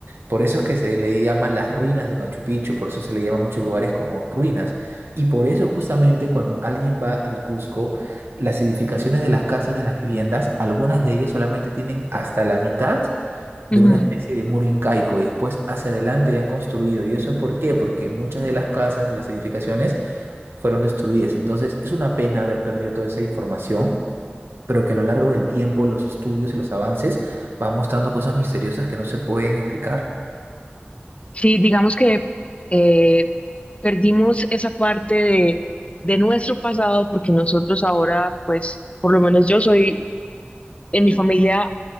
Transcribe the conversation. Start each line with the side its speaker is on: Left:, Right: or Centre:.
Right: por eso es que se le llama las ruinas de Machu Picchu, por eso se le llama a muchos lugares como ruinas. Y por eso justamente cuando alguien va al Cusco, las edificaciones de las casas, de las viviendas, algunas de ellas solamente tienen hasta la mitad
Left: ujú.
Right: de una especie de muro incaico y después hacia adelante ya han construido. ¿Y eso es por qué? Porque muchas de las casas, de las edificaciones, fueron destruidas. Entonces, es una pena haber perdido toda esa información, pero que a lo largo del tiempo los estudios y los avances van mostrando cosas misteriosas que no se pueden explicar.
Left: Sí, digamos que eh, perdimos esa parte de, de nuestro pasado porque nosotros ahora, pues, por lo menos yo soy en mi familia